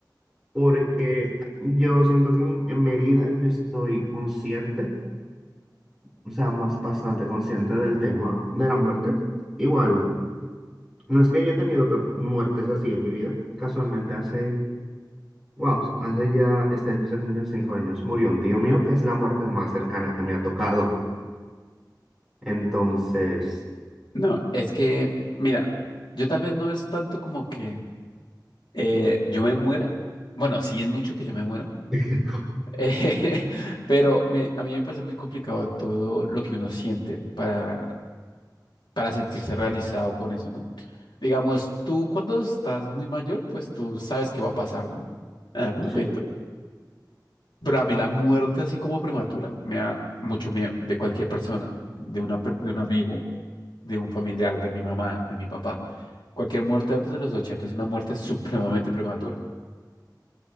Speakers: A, in the centre; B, on the left.
A: Porque yo siento que en, en medida yo estoy consciente, o sea, más bastante consciente del tema de la muerte. Igual, no es que haya tenido tan- muertes así en mi vida, casualmente hace Wow, hace ya, este año se cumplen cinco años. Murió un tío mío que es la muerte más cercana que me ha tocado. Entonces,
B: No, es que, mira, yo tal vez no es tanto como que eh, yo me muera. Bueno, sí es mucho que yo me muera
A: <laughs>
B: Eh, <laughs> pero me- a mí me parece muy complicado todo lo que uno siente para, para sentirse realizado con eso, ¿no? Digamos, tú cuando estás muy mayor, pues tú sabes qué va a pasar, ¿no? En algún momento.
A: sí,
B: Pero a mí la muerte así como prematura me da mucho miedo de cualquier persona, de una, per- de un amigo, de un familiar, de mi mamá, de mi papá. Cualquier muerte antes de los 80 es una muerte <laughs> supremamente prematura.